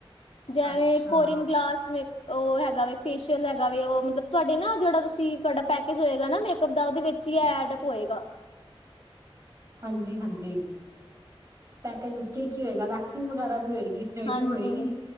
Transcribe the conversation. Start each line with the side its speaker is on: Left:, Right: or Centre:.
Left: ਜੇਵੇਂ
Right: ਅੱਛਾ,
Left: ਕੋਰੀਨ ਗਲਾਸ ਵੇਖ ਉ ਹੈਗਾ ਵੇ ਫੇਸ਼ੀਅਲ ਹੈਗਾ ਵੇ ਉ ਮਤਲਬ ਤੁਹਾਡੇ ਨਾ ਜੇੜਾ ਤੁਸੀਂ ਤੁਹਾਡਾ ਪੈਕੇਜ ਹੋਏਗਾ ਨਾ ਮੇਕਅਪ ਦਾ ਓਦੇ ਵਿੱਚ ਹੀ ਐਡਅਪ ਹੋਏਗਾ।
Right: ਹਾਂਜੀ-ਹਾਂਜੀ ਪੈਕੇਜ ਚ ਕੀ ਕੀ ਹੋਏਗਾ ਵੈਕਸਿੰਗ ਵਗੈਰਾ ਵੀ ਹੋਏਗੀ ਥ੍ਰੇਡਿੰਗ
Left: ਹਾਂਜੀ,
Right: ਹੋਏਗੀ